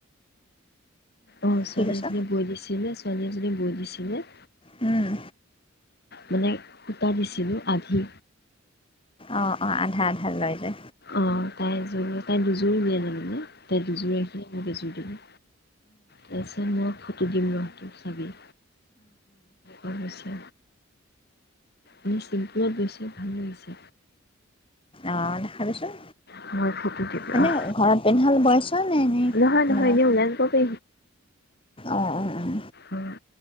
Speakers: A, on the left (about 50°); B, on the left (about 25°).
A: অ' ছোৱালী
B: কি কৈছ
A: এজনীয়ে বৈ দিছিলে, ছোৱালী এজনীয়ে বৈ দিছিলে।
B: উম।
A: মানে সূতা দিছিলোঁ আধি
B: অ' অ' আধা আধা লয় যে
A: অ' তাই এযোৰ তাই দুযোৰ উলিয়াই ললে মানে তাই দুযোৰ ৰাখিলে। মোক এযোৰ দিলে। তাৰপিছত মই ফটো দিম ৰহ তোক চাবি অ গৈছে এনেই চিম্পুলত বৈছে ভাল লাগিছে
B: অ' দেখাবিছোন।
A: হয় ফটো দিবি
B: মানে
A: অহ
B: ঘৰত পেন্ধাবলে বৈছ নে এনেই
A: নহয় নহয়
B: মানে
A: এনেই
B: অ'
A: ওলাই যাব পাৰি
B: অ' উম।
A: উম।